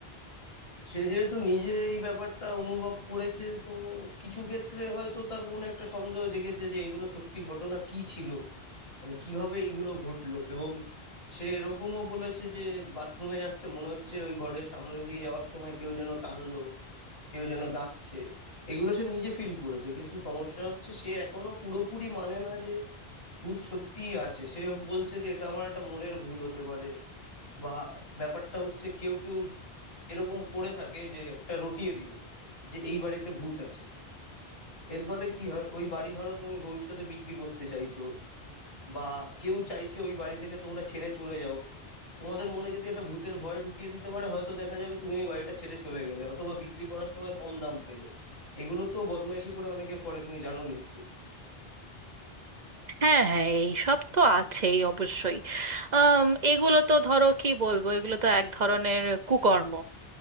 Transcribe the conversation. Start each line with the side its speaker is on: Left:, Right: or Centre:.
Left: সে যেহেতু নিজে এই ব্যাপারটা অনুভব করেছে তো কিছু ক্ষেত্রে হয়তো তার মনে একটা সন্দেহ জেগেছে যে এগুলো সত্যি ঘটনা কি ছিল মানে কিভাবে এগুলো ঘটলো এবং সে এরকমও বলেছে যে বাথরুমে যাচ্ছে মনে হচ্ছে ওই ঘরের সামনে দিয়ে যাওয়ার সময় কেউ যেন টানলো কেউ যেন ডাকছে এগুলো সে নিজে ফিল করেছে কিন্তু সমস্যা হচ্ছে সে এখনো পুরোপুরি মানে না যে ভূত সত্যিই আছে সে বলছে যে এটা আমার একটা মনের ভুল হতে পারে বা ব্যাপারটা হচ্ছে কেউ কেউ এরকম করে থাকে যে একটা রটিয়ে দিল যে এই বাড়িতে ভূত আছে এর ফলে কি হয় ওই বাড়ি ধরো তুমি ভবিষ্যতে বিক্রি করতে চাইছো বা কেউ চাইছে ওই বাড়ি থেকে তোমরা ছেড়ে চলে যাও তোমাদের মনে যদি একটা ভূতের ভয় ঢুকিয়ে দিতে পারে হয়তো দেখা যাবে তুমি ওই বাড়িটা ছেড়ে চলে গেলে অথবা বিক্রি করার সময় কম দাম পেলে এগুলো তো বদমাইশি করে অনেকে করে তুমি জানো নিশ্চয়ই
Right: হ্যাঁ হ্যাঁ এই সব তো আছেই অবশ্যই আম, এগুলো তো ধরো কি বলবো এগুলো তো এক ধরনের কুকর্ম